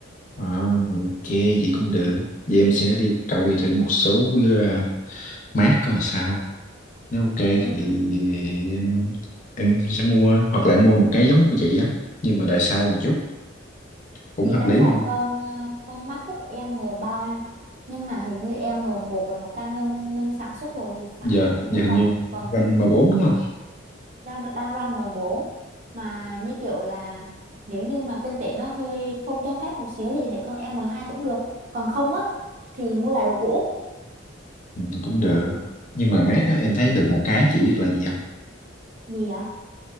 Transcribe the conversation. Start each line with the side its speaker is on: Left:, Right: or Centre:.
Left: À, ok, vậy cũng được. Vậy em sẽ đi cầu thử một số QR mát coi sao. Nếu ok
Right: Ừ.
Left: thì em em sẽ mua hoặc là em mua một cái giống của chị á, nhưng mà đời sau một chút cũng
Right: Chị
Left: hợp
Right: đang
Left: lý
Right: xài
Left: mà.
Right: con ờ, con MacBook m ba nhưng mà hình như m một là người ta ngưng ngưng sản xuất rồi thì phải
Left: Giờ
Right: hình
Left: giờ
Right: như
Left: hình
Right: còn
Left: như
Right: còn
Left: gam M4 đúng không?
Right: đang đang run M4 mà như kiểu là nếu như mà kinh tế nó hơi không cho phép một xíu thì chị thấy con M2 vẫn được còn không á thì mua lại đồ cũ
Left: Ừ, Cũng được. Nhưng mà mát á em thấy được một cái chị biết là gì không?
Right: gì ạ